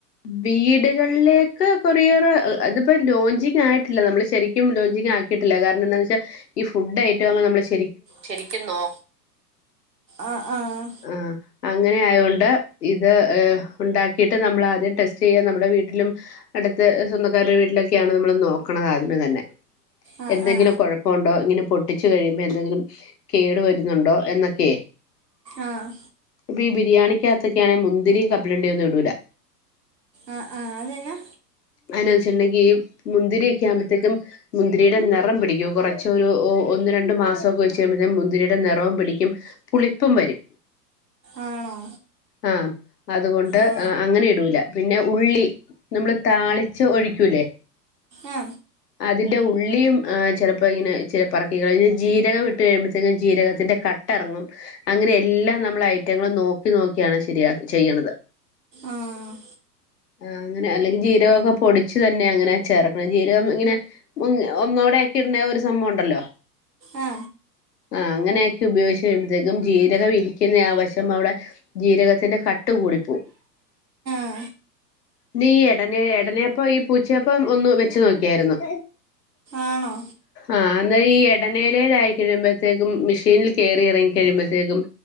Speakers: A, on the left (about 70°); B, on the right (about 80°).
A: വീടുകളിലേക്ക് കൊറിയർ അതിപ്പോ ലോഞ്ചിങ് ആയിട്ടില്ല നമ്മള് ശെരിക്കും ക്ക്യും ലോൺച്ചിങ് ആക്കിട്ടില്ല കാരണം എന്താന്ന് വെച്ചാ ഈ ഫുഡ് ഏറ്റവ <unintelligible> നമ്മൾ ശെ
B: ശരിക്കും നോ ആഹ് ആഹ്
A: ആഹ് അങ്ങനെ ആയുകൊണ്ട് ഇത് ഉണ്ടാക്കിയിട്ട് നമ്മൾ ആദ്യം ടെസ്റ്റ് ചെയ്യാ നമ്മുടെ വീട്ടിലും അടുത്ത് സ്വന്തക്കാരുടെ വീട്ടിലൊകെ ക്കെയാണ് നമ്മൾനോക്ക്ണത് ആദ്യമേ തന്നെ
B: ആ
A: എന്തെങ്കിലും
B: ആ
A: കുഴപ്പ പ്പോ ണ്ടോ ഇങ്ങനെ പൊട്ടിച്ചു കഴിയുമ്പോ എന്തെങ്കിലും കേടു വരുന്നുണ്ടോ എന്നൊക്കെ
B: ആഹ്
A: പ്പി ഈ ബിരിയാണി ക്കകത്തൊക്കെയണെ മുന്തിരിം കപ്പലണ്ടി ഒന്നും ഇടൂല
B: ആഹ് ആഹ് അതന്നാ
A: അഎന്നാചണ്ടങ്കി മുന്തിരിയൊക്കെ ആകുമ്പോഴത്തേക്കും മുന്തിരിയുടെ നിറം പിടിക്കും കുറച്ചൊരു ഓ ഒന്ന് രണ്ട് മാസമൊക്കെ വെച്ച് കഴിഞ്ഞാ മുന്തിരിയുടെ നിറവും പിടിക്കും പുളിപ്പും വരും
B: ആണോ.
A: ആഹ് അതുകൊണ്ട്
B: ആ
A: അങ്ങനെ ഇടൂല. പിന്നെ ഉള്ളി നമ്മള് താളി ച്ച് ഒഴിക്കൂലേ
B: ആ
A: അതിന്റെ ഉള്ളം ആഹ് ചെലപ്പോ ഇങ്ങനെ ചില പറക്കികൾ ജീരകം ഇട്ട് കഴിയുമ്പത്തേക്കും ജീരകത്തിന്റെ കട്ടറങ്ങും. അങ്ങനെ എല്ലാം നമ്മള് ഐറ്റങ്ങള് നോക്കി നോക്കിയാണ് ശരിയാ ചെയ്യണത്
B: ആഹ്
A: ആഹ് അങ്ങനെ അല്ലെങ്കിൽ ജീര കൊക്കെ പൊടിച്ചു തന്നെ അങ്ങനെ ചേർക്കണം ജീരകം ഇങ്ങനെ മുന്ന് ഒന്നൂടെ ഒക്കെ ഇടണെ ഒരു സംഭവണ്ടല്ലോ
B: ആ ആ
A: ആഹ് അങ്ങനെയൊക്കെ ഉപയോഗിച്ച് കഴിയുമ്പത്തേക്കും ജീ രകം ഇരിക്ക്യുന്നയ വശം അവിടെ ജീരകത്തിന്റെ കട്ട് കൂടി പോവും.
B: ആഹ്.
A: നീ എടനെ എടനേപ്പ ഈ പൂച്ചയപ്പം ഒന്ന് വെച്ചു നോക്കിയായിരുന്നു.
B: ആണോ.
A: ആഹ് അന്നേര ഈ ഇടനേലേലായി കഴിയുമ്പത്തേക്കും മിഷീനിൽ കേറി എറങ്ങി കഴിയുമ്പ- പെയ്തും